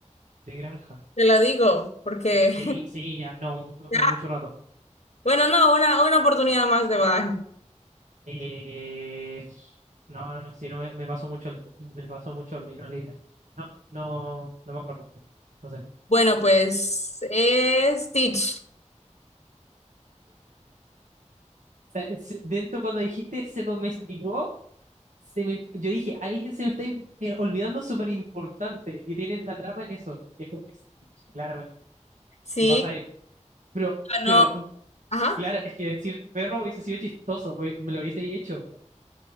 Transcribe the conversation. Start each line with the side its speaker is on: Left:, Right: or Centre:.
Right: de granja.
Left: Te la digo, porque
Right: Sí,
Left: <laughs>
Right: sí, ya, no, mucho,
Left: ya.
Right: mucho rato.
Left: Bueno, no, una, una oportunidad más de badaje.
Right: Eh, no, no, si no me, me paso mucho el, me paso mucho el hilo de la idea. No, no, no me acuerdo. No sé. O
Left: Bueno, pues es Stitch.
Right: sea, se- Dentro cuando dijiste se domesticó. Se me, yo dije, alguien se me está im- eh, olvidando súper importante y tiene la trama en eso. Y es porque sí, claramente.
Left: Sí,
Right: ¿Qué pasa? de- Pero,
Left: ganó.
Right: pero,
Left: Ajá.
Right: claro, es que decir perro hubiese sido chistoso, hue- me lo hubiese hecho.